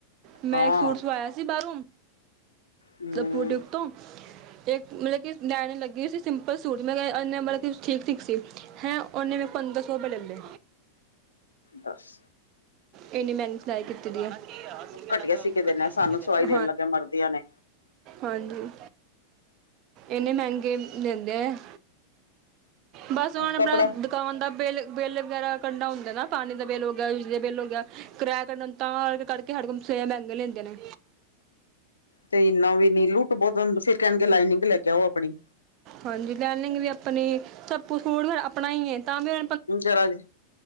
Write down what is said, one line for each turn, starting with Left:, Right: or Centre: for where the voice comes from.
Right: ਮੈਂ
Left: ਹਾਂ
Right: ਇੱਕ ਸੂਟ ਸਵਾਇਆ ਸੀ ਬਾਰੋਂ
Left: ਹੂੰ
Right: ਬੁ ਟੀਕ ਤੋਂ ਤੇ ਮਲਬ ਕੀ ਲੈਣ ਲੱਗੀ ਸੀ। ਸਿੰਪਲ ਸੂਟ ਮੈਂ ਕਿਆ ਓਨੇ ਮਲਬ ਕੀ ਠੀਕ -ਠੀਕ ਸੀ ਹੈਂ, ਉਨੇ ਮੈਂ ਕ ਪੰਦਰਾਂ ਸੌ ਰੁਪਏ ਲਲ ਲੈ।
Left: ਦਸ।
Right: ਏਨੀ ਮੈਂਗੀ ਸਿਲਾਈ ਕੀਤੀ ਦੀ ਆ। ਹਾਂਜੀ ਆ ਅਸੀ ਕੇੜਾ
Left: ਘਟੀਆ ਸੀ ਕੇ ਦੇਣਾ ਸਾਨੂੰ
Right: ਸੀ ਕੇ
Left: ਸਵਾਈ
Right: ਦੇਣਾ
Left: ਦੇਣ ਲੱਗੇ ਮਰਦੀਆਂ ਨੇ
Right: ਹਾਂਜੀ, ਏਨੇ ਮੈਂਗੇ ਦੈਂਦੇ ਆ। ਬਸ ਹੁਣ ਆਪਾ
Left: ਕੱਪੜਾ
Right: ਕਾਨ ਦਾ ਬਿੱਲ -ਬਿੱਲ ਵਗੈਰਾ ਕੰਡਾ ਹੁੰਦਾ ਨਾ, ਪਾਣੀ ਦਾ ਬਿੱਲ ਵਗੈਰਾ ਬਿਜਲੀ ਦਾ ਬਿੱਲ। ਕਿਰਾਇਆ ਕਢਨਾ ਉੰਦਾ ਤਾਂ ਕੱਰਕੇ ਸਾਡੇ ਕੋ ਸੇ ਮੈਂਗੇ ਲੈਂਦੇ ਨੇ।
Left: ਤੇ ਏਨਾ ਵੀ ਨੀ ਲੁੱਟ ਬੋਤ ਫੇਰ ਕੈਣ ਗੇ ਕੇ ਲਾਈਨਿੰਗ ਲੈ ਕੇ ਆਓ ਆਪਣੀ।
Right: ਹਾਂਜੀ, ਲਾਇਨਿਗ ਵੀ ਆਪਣੀ, ਸਭ ਕੁਝ ਸੂਟ ਫੇਰ ਆਪਣਾ ਈ ਏ ਤਾਂ ਵੀ ਹੁ
Left: ਜਰਾ ਜੀ